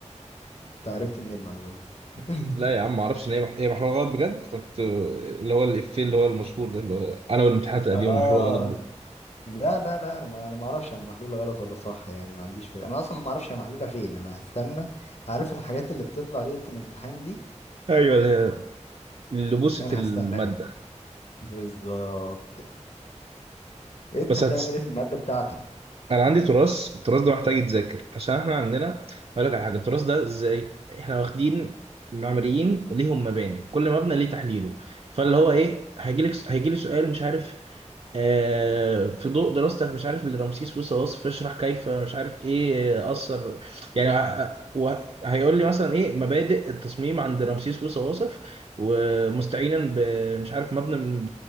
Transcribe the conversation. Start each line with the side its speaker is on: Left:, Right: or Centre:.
Left: انت عرفت منين المعلومة دي <laughs>
Right: لا يا عم ما اعرفش ان هي مح... هي محلوله غلط بجد انا كنت اللي هو الافيه اللي هو المشهور ده اللي هو انا والامتحانات القديمه
Left: اه
Right: محلوله غلط بجد
Left: لا لا لا انا ما انا ما اعرفش هي محلوله غلط ولا صح يعني ما عنديش فكره انا اصلا ما اعرفش هي محلوله فين انا هستنى عارف الحاجات اللي بتطلع ليله الامتحان دي
Right: ايوه اللي هي اللي بوست
Left: انا
Right: الماده
Left: هستناها بالظبط <laughs> انت
Right: بس
Left: هتعمل
Right: هتس...
Left: ايه في الماده بتاعتك
Right: انا عندي تراث التراث ده محتاج يتذاكر عشان احنا عندنا اقول لك على حاجه التراث ده ازاي احنا واخدين معماريين ليهم مباني كل مبنى ليه تحليله فاللي هو ايه هيجي لك هيجي لي سؤال مش عارف آه، في ضوء دراستك مش عارف اللي رمسيس موسى واصف اشرح كيف مش عارف ايه آه، اثر يعني ه- و- هيقول لي مثلا ايه مبادئ التصميم عند رمسيس موسى واصف ومستعينا بمش عارف مبنى من